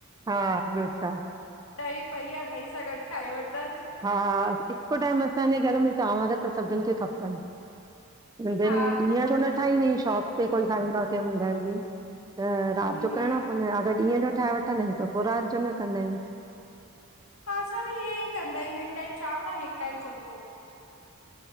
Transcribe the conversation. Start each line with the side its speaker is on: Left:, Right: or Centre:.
Right: हा, ॿियो छा
Left: ॾही पई आ ॾही सां गॾु खाई वठंदासीं
Right: हा, हिकु टाइम असांजे घर में चांवर त सभिनि खे खपनि मझनि
Left: हा
Right: ॾींहं जो न ठाहींदा आहियूं शॉप ते कोई खाईंदो आ कोई घर में त राति
Left: हम
Right: जो
Left: हम
Right: करिणा पवंदान अगरि ॾींहं जो ठाहे वठंदा आहियूं त पो राति जो न कंदा आहियूं।
Left: हा असां बि हीअ ई कंदा आहियूं हिकु टाइम चांवर, हिकु टाइम फुलको